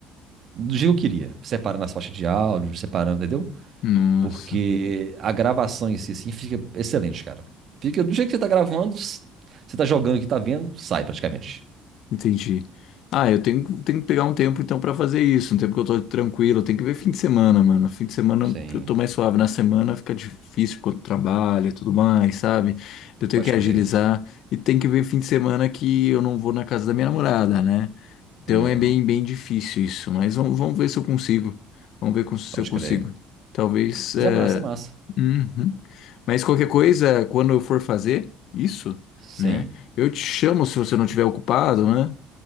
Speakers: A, on the right; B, on the left.
A: do jeito que eu queria. Separando as faixas de áudio, separando, entendeu?
B: Nossa.
A: Porque a gravação em si, assim, fica excelente, cara. Fica do jeito que você tá gravando, s- você tá jogando que tá vendo, sai praticamente.
B: Entendi. Ah, eu tenho, tenho que pegar um tempo então pra fazer isso, um tempo que eu tô tranquilo, tem que ver fim de semana, mano. Fim de semana
A: Sim,
B: eu tô mais suave, na semana fica difícil quando trabalha e tudo mais, sabe? Eu tenho
A: pode
B: que agilizar
A: crer.
B: e tem que ver fim de semana que eu não vou na casa da minha namorada, né? Então
A: Hum,
B: é bem, bem difícil isso, mas vamos, vamos ver se eu consigo. Vamos ver com- se
A: pode
B: eu consigo.
A: crer.
B: Talvez.
A: Mas
B: é,
A: é massa, é massa.
B: uhum. Mas qualquer coisa, quando eu for fazer isso,
A: Sim.
B: né? Eu te chamo se você não estiver ocupado, né?